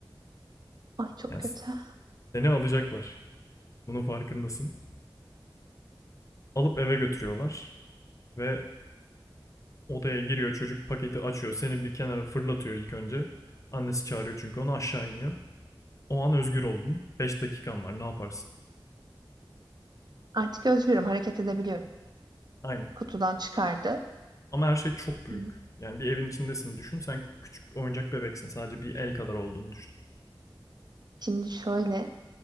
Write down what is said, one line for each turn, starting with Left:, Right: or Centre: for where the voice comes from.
Right: Ay çok
Left: Yani
Right: kötü.
Left: seni alacaklar. Bunun farkındasın. Alıp eve götürüyorlar ve odaya giriyor çocuk paketi açıyor. Seni bir kenara fırlatıyor ilk önce. Annesi çağırıyor çünkü onu aşağı iniyor. O an özgür oldun. beş dakikan var ne yaparsın?
Right: Artık özgürüm. Hareket edebiliyorum.
Left: Aynen.
Right: Kutudan çıkardı.
Left: Ama her şey çok büyük.
Right: Hı.
Left: Yani bir evin içindesin düşün. Sen küçük oyuncak bebeksin. Sadece bir el kadar olduğunu düşün.
Right: Şimdi şöyle